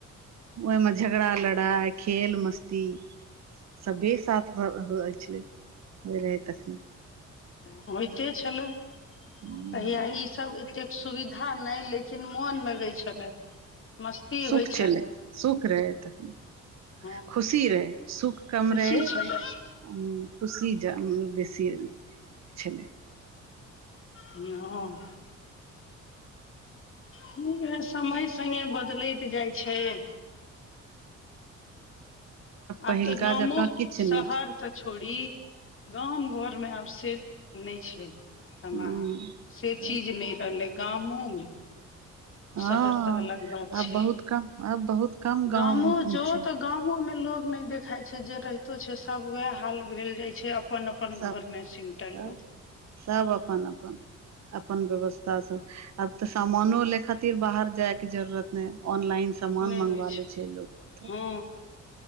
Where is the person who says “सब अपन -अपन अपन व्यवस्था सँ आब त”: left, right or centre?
Right